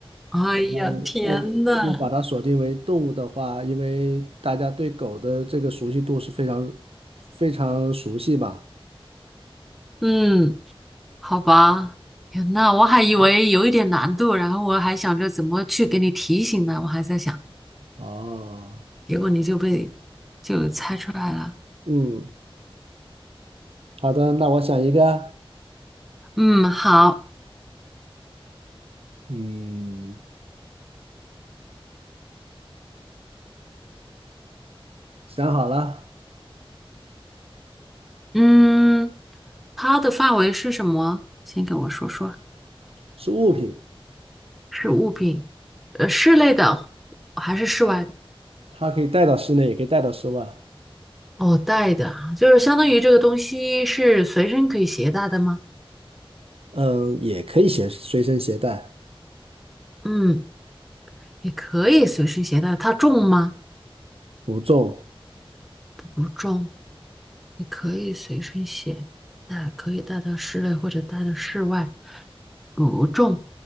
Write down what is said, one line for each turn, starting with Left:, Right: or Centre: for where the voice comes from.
Centre: 哎呀，
Right: 然后又又把它锁定为动物的话，
Centre: 天呐！
Right: 因为大家对狗的这个熟悉度是非常非常熟悉吧？
Centre: 嗯，好吧。天呐，我还以为有一点难度，然后我还想着怎么去给你提醒呢，我还在想，
Right: 哦，
Centre: 结果你就被就猜出来了。
Right: 嗯，好的，那我想一个，
Centre: 嗯，好。
Right: 嗯，想好了，
Centre: 嗯，它的范围是什么？先跟我说说，
Right: 是物品，
Centre: 是物品，呃，室内的还是室外的？
Right: 它可以带到室内，也可以带到室外，
Centre: 哦，带的啊，就是相当于这个东西是随身可以携带的吗？
Right: 嗯，也可以携随身携带，
Centre: 嗯。也可以随身携带，它重吗？
Right: 不重，
Centre: 不重，也可以随身携带，可以带到室内或者带到室外，不重。